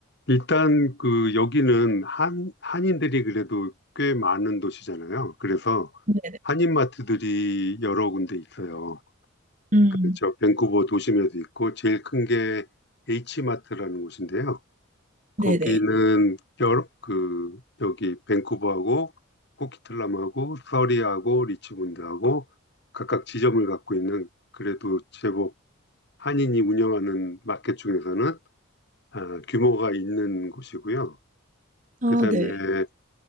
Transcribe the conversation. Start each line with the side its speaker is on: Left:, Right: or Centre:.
Left: 일단, 그, 여기는 한, 한인들이 그래도 꽤 많은 도시잖아요. 그래서
Right: 네,
Left: 한인마트들이 여러 군데 있어요.
Right: 음,
Left: 그러니까 저 밴쿠버 도심에도 있고, 제일 큰 게 H마트라는 곳인데요. 거기는
Right: 네, 네,
Left: 여러, 그 여기 밴쿠버하고 코키틀람하고 서리하고 리치몬드하고 각각 지점을 갖고 있는 그래도 제법 한인이 운영하는 마켓 중에서는 아, 규모가 있는 곳이고요.
Right: 아,
Left: 그다음에
Right: 네,